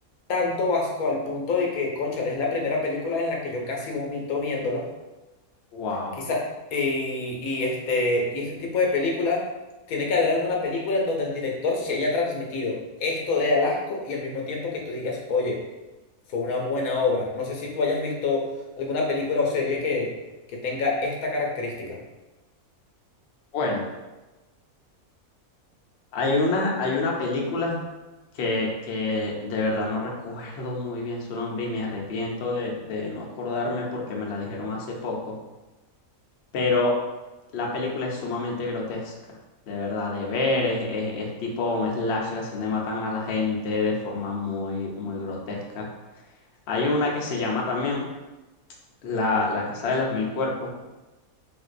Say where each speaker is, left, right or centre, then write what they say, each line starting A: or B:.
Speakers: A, on the left (about 75°); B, on the left (about 60°).
A: tanto asco al punto de que, cónchale, es la primera película en la que yo casi vomito viéndola.
B: Wow.
A: Quizá, y, y este, y este tipo de película, tiene que haber alguna película en donde el director se haya transmitido esto de Alasco y al mismo tiempo que tú digas, oye, fue una buena obra. No sé si tú hayas visto alguna película o serie que, que tenga esta característica.
B: Bueno, hay una, hay una película que, que de verdad no recuerdo muy bien su nombre y me arrepiento de, de no acordarme porque me la dijeron hace poco Pero la película es sumamente grotesca, de verdad, de ver, es, es- es tipo un slasher, así donde matan a la gente de forma muy, muy grotesca. Hay una que se llama también La, La Casa de los Mil Cuerpos,